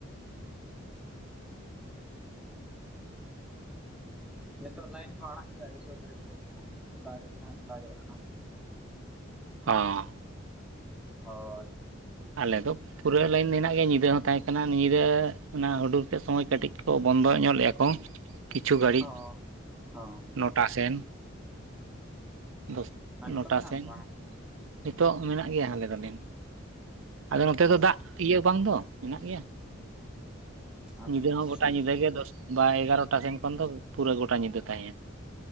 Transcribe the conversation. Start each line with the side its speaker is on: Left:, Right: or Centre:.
Centre: ᱱᱤᱛᱚᱜ ᱞᱟᱭᱤᱱ ᱠᱚ ᱟᱲᱟᱜ ᱠᱮᱜ-ᱟ ᱠᱤᱪᱷᱩ ᱜᱷᱟᱹᱲᱤᱡ ᱞᱟᱹᱜᱤᱫ ᱫᱟᱜ ᱫᱟᱜᱮᱫ ᱨᱮᱦᱚᱸᱭ
Right: ᱚᱸᱻ
Centre: ᱦᱳᱻ
Right: ᱟᱞᱮᱫ ᱫᱚ ᱯᱩᱨᱟᱹ ᱞᱟᱹᱭᱤᱱ ᱦᱮᱱᱟᱜ ᱜᱮᱭᱟ ᱧᱤᱫᱟᱹ ᱦᱚᱸ ᱛᱟᱦᱮᱸ ᱠᱟᱱᱟ ᱧᱤᱫᱟᱹ ᱚᱱᱟ ᱦᱩᱰᱩᱨ ᱠᱮᱫ ᱥᱚᱢᱚᱭ ᱠᱟᱹᱴᱤᱡ ᱠᱚ ᱵᱚᱱᱫᱚ ᱧᱚᱜ ᱞᱮᱜᱼᱟ ᱠᱚ ᱠᱚ ᱠᱤᱪᱷᱩ ᱜᱷᱟᱹᱲᱤᱡ
Centre: ᱚ ᱚ
Right: ᱱᱚᱴᱟ ᱥᱮᱱ᱾ ᱫᱚᱥ
Centre: ᱟᱨ ᱱᱤᱛᱚᱜ
Right: ᱱᱚᱴᱟ
Centre: ᱢᱮᱱᱟᱜ
Right: ᱥᱮᱱ
Centre: ᱟᱥᱮ ᱵᱟᱝᱟ
Right: ᱱᱤᱛᱚᱜ ᱢᱮᱱᱟᱜ ᱜᱮᱭᱟ ᱟᱞᱮ ᱫᱚ ᱞᱟᱤᱱ ᱟᱞᱮ ᱱᱚᱛᱮ
Centre: ᱚ
Right: ᱫᱚ ᱫᱟᱜ ᱤᱭᱟᱹ ᱵᱟᱝ ᱫᱚ ᱦᱮᱱᱟᱜ ᱜᱮᱭᱟ
Centre: ᱟᱪᱪᱷᱟ
Right: ᱧᱤᱫᱟᱹ ᱦᱚᱸ ᱜᱚᱴᱟ ᱧᱤᱫᱟᱹ ᱜᱮ ᱫᱚᱥ ᱵᱟ ᱮᱜᱟᱨᱚᱴᱟ ᱥᱮᱱ ᱠᱷᱚᱱ ᱫᱚ ᱯᱩᱨᱟᱹ ᱜᱚᱴᱟ ᱧᱤᱫᱟᱹ ᱛᱟᱦᱮᱸᱭᱱᱟ ᱾